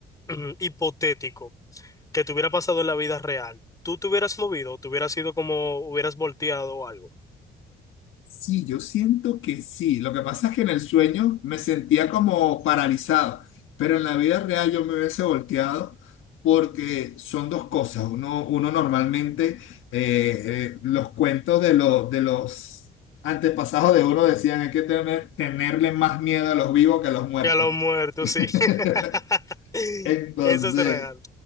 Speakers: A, on the left; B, on the left.
A: <clears throat> hipotético que te hubiera pasado en la vida real, ¿tú te hubieras movido? ¿Te hubieras ido como hubieras volteado o algo?
B: Sí, yo siento que sí. Lo que pasa es que en el sueño me sentía como paralizado, pero en la vida real yo me hubiese volteado porque son dos cosas. Uno, uno normalmente, eh, eh, los cuentos de, los de los antepasados de uno decían hay que tener, tenerle más miedo a los vivos que a los muertos.
A: Ya lo muerto,
B: <laughs>
A: sí. <laughs>
B: Entonces,
A: Eso es real.